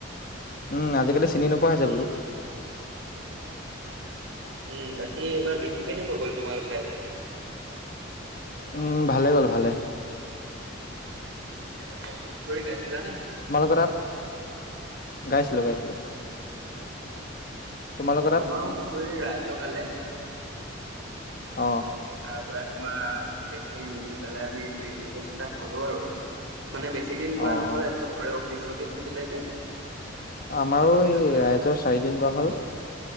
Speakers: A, on the left; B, on the right.
A: উ আজিকালি চিনি নোপোৱা হৈছে
B: উম
A: বোলো।
B: উ বাকী এইবাৰ বিহু কেনেকুৱা গ'ল তোমালোক চাইদে।
A: উ ভালে গ'ল ভালে।
B: <unintelligible> হুঁচৰি গাইছিলা নে?
A: মালোক তাত। গাইছিলোঁ, গাইছিলোঁ। তোমালোকৰ তাত
B: আমাৰো হুঁচৰি ৰাইজ গালে।
A: অ'।
B: তাৰ পৰা তোমাৰ গোটেইখিনি মিলি পেলাই আমি প্ৰীতি ভোজ এটা খালোঁ আৰু। মানে বেছি দিন গোৱা
A: অ
B: নহ'লে,
A: অ
B: চবৰে অফিচ চফিচ আছিলে যে।
A: আমাৰো
B: তাৰ
A: এই
B: পৰা
A: ৰাইজৰ চাৰিদিন গোৱা হ'ল।